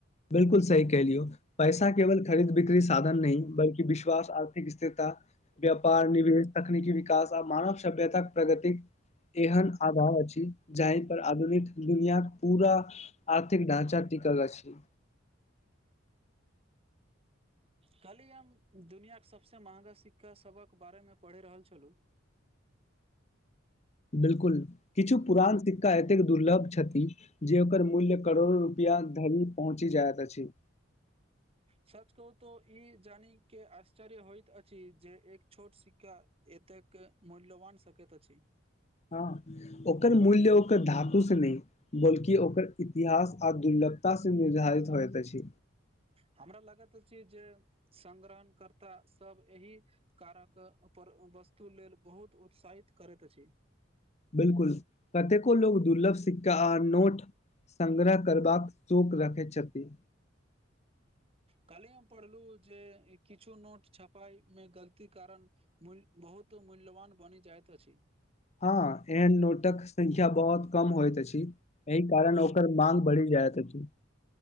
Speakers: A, on the left (about 35°); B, on the right (about 30°).
A: बिलकल सही कहलियौ पैसा केवल खरीद बिक्री साधन नहि बलकि विश्वास आर्थिक स्थिरता व्यापार निवेश तकनीकी विकास आ मानव सभ्यता प्रगति एहन अभाव अछि जाहि पर आधुनिक दुनियाके पूरा आर्थिक ढ़ाँचा टिकल अछि
B: कल्हि हम दुनिआके सभसँ महगा शिक्का सभक बारेमें पढ़ि रहल छलहुँ
A: बिलकुल किछु पुरान सिक्का एतेक दुर्लभ छथिन जे ओकर मूल्य करोड़ो रुपैआ धरि पहुँचि जाइत अछि
B: सच कहू त ई जानी के आश्चर्य होइतइत अछि जे एक छोट सिक्का एतेक मूल्यवान सकैत अछि
A: हँ ओकर मूल्य ओकर धातुसँ नहि बल्कि ओकर इतिहास आ दुर्लभतास से निर्धारित होइत अछि
B: हमरा लागैत छै जे संग्रहण कर्ता सब एहि कारक पर वस्तु लेल बहुत उत्साहित करैत अछि
A: बिलकुल कतेको लोग दुर्लभ सिक्का आ नोट संग्रह करबाक शूक रखे छथि
B: कल्हि हम पढ़लहुँ जे किछु नोट छपाय में गलती कारण बहुत मूल्यवान बनि जाइत अछि
A: हँ एहन नोटक संख्या बहुत कम होयत अछि एहि कारण ओकर मागं बढ़ि जायत अछि